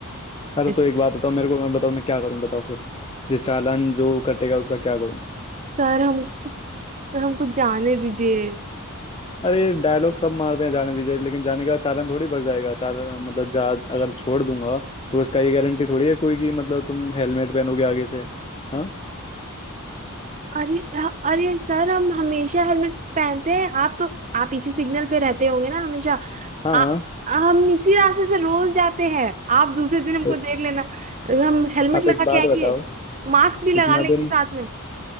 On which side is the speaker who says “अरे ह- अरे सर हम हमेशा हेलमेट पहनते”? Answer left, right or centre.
Right